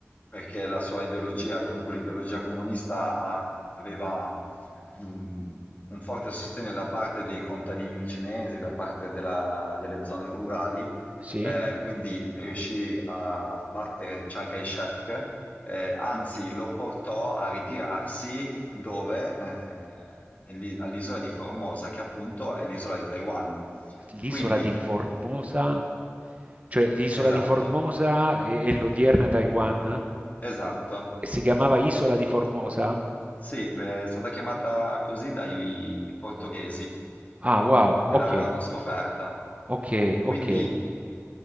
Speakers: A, on the left (about 35°); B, on the right (about 30°).
A: perché la sua ideologia, comunque l'ideologia comunista, ha- aveva mh, un forte sostegno da parte dei contadini cinesi, da parte della- delle zone rurali,
B: sì.
A: eh, quindi riuscì a battere Chiang Kai-shek eh, anzi, lo portò a ritirarsi dove? Eh, nell'i- all'isola di Formosa, che appunto è l'isola di Taiwan.
B: L'isola
A: Quindi,
B: di Formosa, cioè l'isola
A: esatto,
B: di Formosa è è l'odierna Taiwan?
A: esatto.
B: E si chiamava Isola di Formosa?
A: Sì, beh, è stata chiamata così dai portoghesi
B: Ah, wow,
A: che
B: okay,
A: l'avevano scoperta.
B: okay,
A: Quindi,
B: okay.